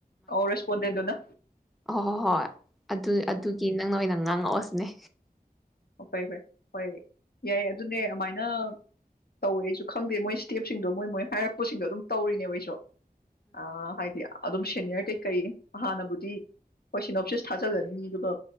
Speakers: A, on the left (about 75°); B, in the centre.
A: ꯑꯧ ꯔꯦꯁꯄꯣꯟꯗꯦꯟꯠꯗꯨꯅ
B: ꯍꯣ ꯍꯣ ꯍꯣꯌ ꯑꯗꯨ ꯑꯗꯨꯒꯤ ꯅꯪꯅ ꯑꯣꯏꯅꯥ ꯉꯥꯪꯉꯛꯑꯣ ꯁꯤꯅꯤ
A: ꯑꯣ ꯐꯔꯦ ꯐꯔꯦ ꯍꯣꯌ ꯌꯥꯏ ꯑꯗꯨꯅꯦ ꯑꯃꯥꯏꯅꯥ ꯇꯧꯑꯦ ꯑꯩꯁꯨ ꯈꯪꯗꯦ ꯃꯣꯏ ꯁꯇꯦꯞꯁꯤꯪꯗꯣ ꯃꯣꯌ ꯃꯣꯏ ꯍꯥꯏꯔꯛꯄꯁꯤꯡꯗꯣ ꯇꯧꯔꯤꯅꯦꯕ ꯑꯩꯁꯨ ꯑꯥ ꯍꯥꯌꯗꯤ ꯑꯗꯨꯝ ꯁꯦꯅꯤꯑꯔ ꯀꯩ ꯀꯩ ꯍꯟꯅꯕꯨꯗꯤ ꯁꯤꯞꯅꯣꯁꯤꯁ ꯊꯖꯤꯜꯂꯅꯤ ꯑꯗꯨꯒꯥ